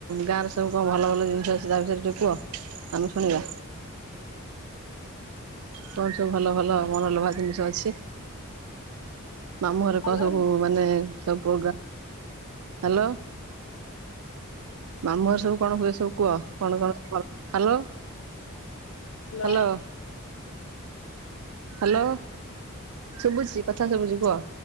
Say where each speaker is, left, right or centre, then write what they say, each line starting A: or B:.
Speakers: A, on the right (about 80°); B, on the left (about 80°).
A: ଗାଁରେ ସବୁ କଣ ଭଲ ଭଲ ଜିନିଷ ଆଛି ତା ବିଷୟରେ ଟିକେ କୁହ? ଆମେ ଶୁଣିବା। କଣ ସବୁ ଭଲ ଭଲ ମନଲୋଭା ଜିନିଷ ଅଛି? ମାମୁଁଘରେ
B: ଭଲ
A: କଣ ସବୁ ମାନେ ସବୁ ପ୍ରୋଗ୍ରା ହାଲୋ। ମାମୁଁ ଘର ସବୁ କଣ ହୁଏ ସବୁ କୁହ କଣ କଣ ସ ହାଲୋ?
B: ଭଲ
A: ହ୍ୟାଲୋ।
B: ଭଲ
A: ହ୍ୟାଲୋ ଶୁଭୁଛିି କଥା ଶୁଭୁଛି କୁହ।